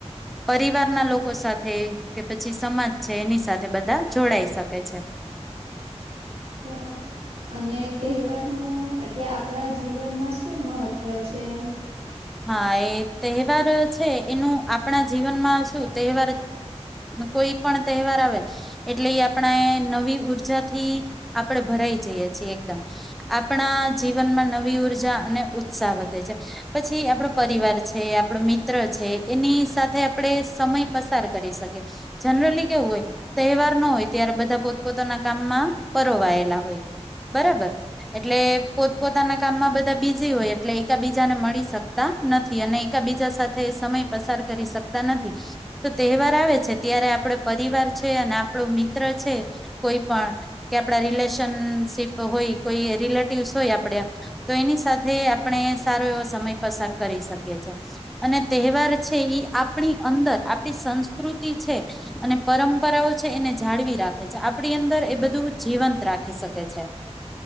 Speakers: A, in the centre; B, on the right (about 55°).
A: પરિવારના લોકો સાથે કે પછી સમાજ છે એની સાથે બધા જોડાઈ શકે છે.
B: બરાબર અને તહેવારનું એટલે આપણા જીવનમાં શું મહત્વ છે એમ.
A: હા એ તહેવાર છે એનું આપણા જીવનમાં શું તહેવાર કોઈ પણ તહેવાર આવે એટલે એ આપણા નવી ઉઊર્જાથી આપણે ભરાઈ જઈએ છીએ એકદમ આપણા જીવનમાં નવી ઉઊર્જા અને ઉત્સાહ વધે છે. પછી આપણો પરિવાર છે આપણો મિત્ર છે એની સાથે આપડ સમય પસાર કરી શકીએ જનરલી કેવું હોય તહેવાર ન હોય ત્યારે બધા પોતપોતાના કામમાં પરોવાયેલા હોય બરાબર એટલે પોતપોતાના કામમાં બધા બીજી હોય એટલે એકા બીજાને મળી શકતા નથી અને એકબીજા સાથે સમય પસાર કરી શકતા નથી તો તહેવાર આવે છે ત્યારે આપડ પરિવાર છે અને આપણો મિત્ર છે કોઈ પણ કે આપડા રિલેશનશીપ હોય કોઈ રિલેટિવસ હોય આપડ તો એની સાથે આપણે સારો એવો સમય પસાર કરી શકીએ છે અને તહેવાર છે એ આપણી અંદર આપણી સંસ્કૃતિ છે અને પરંપરાઓ છે એને જાળવી રાખે છે આપણી અંદર એ બધું જીવંત રાખી શકે છે